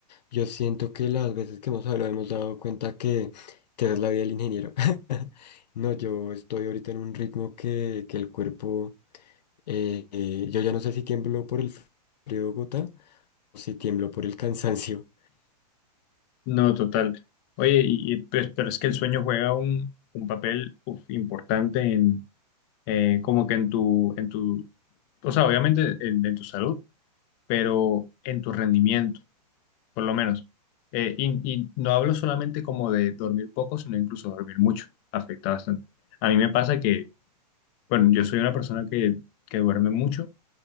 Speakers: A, on the left; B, on the left.
A: Yo siento que las veces que hemos hablado hemos dado cuenta que, que esa es la vida del ingeniero. <laughs> No, yo estoy ahorita en un ritmo que, que el cuerpo, eh, eh, yo ya no sé si tiemblo por el frío de Bogotá o si tiemblo por el cansancio.
B: No, total. Oye, y, y, pues, pero es que el sueño juega un, un papel uf, importante en... eh, como que en tu, en tu o sea, obviamente en, en tu salud, pero en tu rendimiento, por lo menos. Eh, y, y no hablo solamente como de dormir poco, sino incluso dormir mucho, afecta bastante. A mí me pasa que, bueno, yo soy una persona que, que duerme mucho